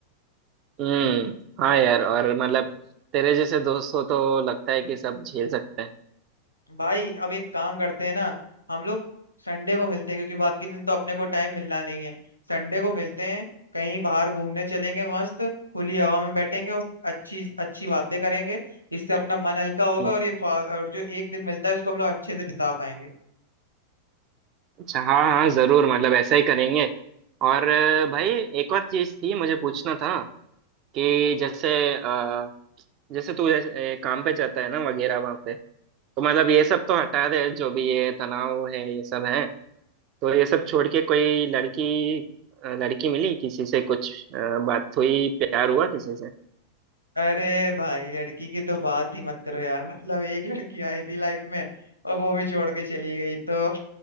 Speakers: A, on the right; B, on the left.
A: हम्म हाँ यार और मतलब तेरे जैसे दोस्त हो तो लगता है कि सब झेल सकते हैं
B: भाई अब एक काम करते हैं ना हम लोग संडे को मिलते हैं क्योंकि बाकी दिन तो अपने को टाइम मिलना नहीं है संडे को मिलते हैं कहीं बाहर घूमने चलेंगे मस्त खुली हवा में बैठेंगे और अच्छी अच्छी बातें करेंगे इससे अपना मन हल्का होगा
A: हम्म,
B: और ये फा- और जो एक दिन मिलता है उसको हम लोग अच्छे से बिता पाएंगे
A: अच्छा हाँ हाँ जरूर मतलब ऐसा ही करेंगे और अ, भाई एक और चीज थी मुझे पूछना था कि जैसे अ, जैसे तू जैसे, अ, काम पे जाता है ना वगैरह वहाँ पे तो मतलब ये सब तो हटा दे जो भी ये तनाव है ये सब है तो ये सब छोड़ के कोई लड़की अ, लड़की मिली किसी से कुछ अ, बात हुई प्यार हुआ किसी से
B: अरे भाई लड़की की तो बात ही मत करो यार <laughs> मतलब एक लड़की आई थी लाइफ में और वो भी छोड़ के चली गई तो